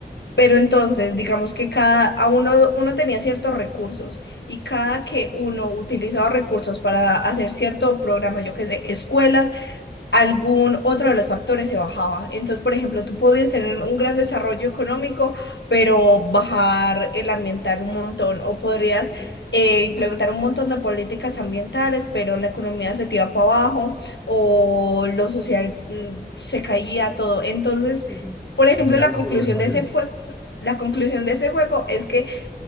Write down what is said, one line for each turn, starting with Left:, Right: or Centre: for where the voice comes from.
Left: Pero entonces, digamos que cada a uno, uno tenía ciertos recursos y cada que uno utilizaba recursos para hacer cierto programa, yo qué sé, escuelas, algún otro de los factores se bajaba. Entonces, por ejemplo, tú podías tener un gran desarrollo económico, pero bajar el ambiental un montón, o podrías
Centre: Sí,
Left: eh, implementar un montón de políticas ambientales, pero la economía se te iba para abajo, o lo social mm, se caía todo. Entonces,
Centre: sí, sí.
Left: por ejemplo,
Centre: Al final
Left: la conclusión
Centre: un juego de más
Left: de ese
Centre: cero.
Left: fue... La conclusión de ese juego es que